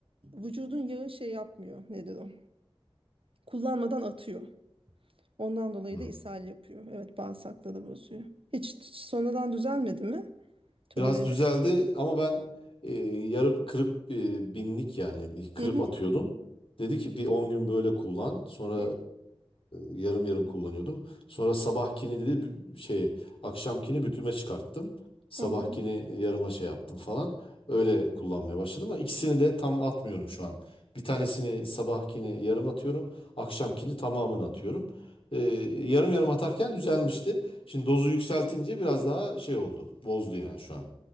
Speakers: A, on the right (about 65°); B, on the left (about 65°).
A: vücudun yağı şey yapmıyor. Nedir o? Kullanmadan atıyor. Ondan dolayı
B: Hı.
A: da ishal yapıyor. Evet bağırsakları bozuyor. Hiç sonradan düzelmedi mi? Tolere
B: Biraz
A: edemedi.
B: düzeldi ama ben e, yarı kırıp e, binlik yani bir kırıp
A: Hı hı.
B: atıyordum. Dedi ki bir 10 gün böyle kullan. Sonra
A: Hı
B: e, yarım yarım kullanıyordum. Sonra sabahkini dedi bü- şey akşamkini bütüme çıkarttım. Sabahkini
A: hı. hı.
B: yarıma şey yaptım falan. Öyle kullanmaya başladım ama ikisini de tam atmıyorum şu an. Bir tanesini sabahkini yarım atıyorum. Akşamkini tamamını atıyorum. E, yarım yarım atarken düzelmişti. Şimdi dozu yükseltince biraz daha şey oldu. Bozdu yani şu an.